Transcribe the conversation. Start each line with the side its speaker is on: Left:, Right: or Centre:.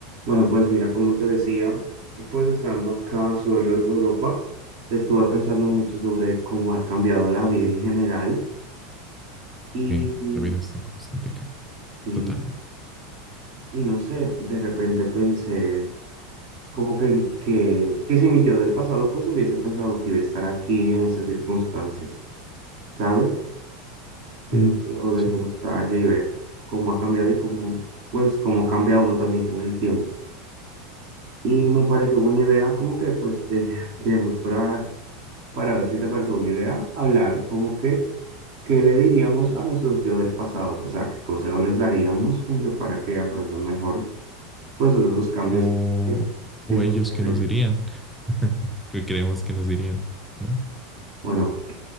Right: Bueno, pues mira, como te decía, pues estando acá solo en Europa, estuve pensando mucho sobre cómo ha cambiado la vida en general y,
Centre: Sí,
Right: y
Centre: la vida está en constante cambio,
Right: sí,
Centre: totalmente.
Right: y no sé, de repente pensé como que, que, que si mi yo del pasado pues hubiese pensado que iba a estar aquí en estas circunstancias, ¿sabes? Dentro
Centre: Mm,
Right: de
Centre: sí.
Right: esa nostalgia y ver cómo ha cambiado y cómo, pues, cómo cambia uno también con el tiempo. Y me pareció buena idea como que pues de, <laughs> de mejorar para ver si te parece una idea, hablar como que, ¿qué le diríamos a nuestros yo del pasado? O sea, ¿qué consejos les daríamos como que para que afronten mejor, pues, todos esos cambios
Centre: O,
Right: que,
Centre: o
Right: que suceden?
Centre: ellos que nos dirían, <laughs> que creemos que nos dirían, ¿no?
Right: Bueno,